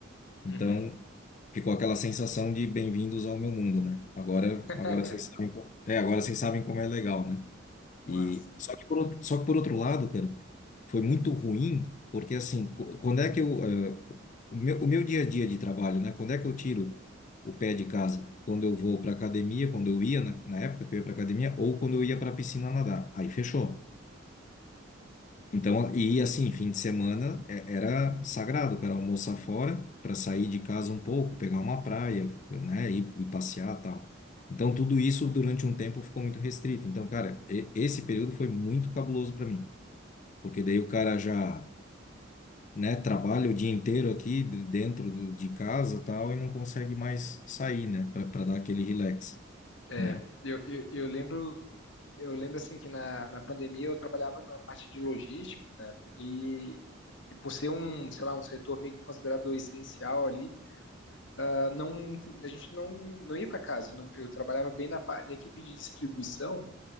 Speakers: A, on the left (about 35°); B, on the left (about 65°).
A: Então,
B: Uhum.
A: ficou aquela sensação de bem-vindos ao meu mundo, né? Agora,
B: <laughs>
A: agora vocês sabem, co- é, agora vocês sabem como é legal, né?
B: Nossa.
A: E só que por, outro- só que por outro lado, cara, foi muito ruim, porque assim, co- quando é que eu, eh, o meu, o meu dia a dia de trabalho, né? Quando é que eu tiro o pé de casa? Quando eu vou para academia, quando eu ia na, na época que eu ia para academia, ou quando eu ia para piscina nadar. Aí fechou. Então, e assim, fim de semana é- era sagrado, o cara almoçar fora para sair de casa um pouco, pegar uma praia, né, e, e passear tal. Então, tudo isso durante um tempo ficou muito restrito. Então, cara, e- esse período foi muito cabuloso para mim, porque daí o cara já, né, trabalha o dia inteiro aqui de- dentro do- de casa tal e não consegue mais sair, né, para dar aquele relax,
B: É,
A: né?
B: eu, eu, eu lembro, eu lembro assim que na, na pandemia eu trabalhava na parte de logística cara, e, e por ser um, sei lá, um setor meio que considerado essencial ali, ah, não, a gente não, não ia para casa. Não- eu trabalhava bem na, pa- na equipe de distribuição